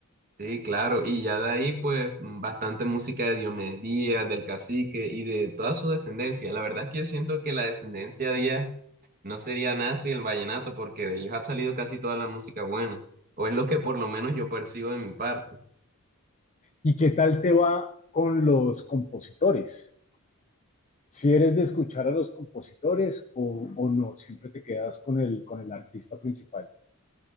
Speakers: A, on the right; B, on the left.
A: Sí, claro. Y ya de ahí, pues, mm, bastante música de Diomedes Díaz, del cacique y de toda su descendencia. La verdad es que yo siento que la descendencia Díaz no sería nada sin el vallenato, porque de ellos ha salido casi toda la música buena. O es lo que por lo menos yo percibo de mi parte.
B: ¿Y qué tal te va con los compositores? Si eres de escuchar a los compositores o, o no, siempre te quedas con el, con el artista principal.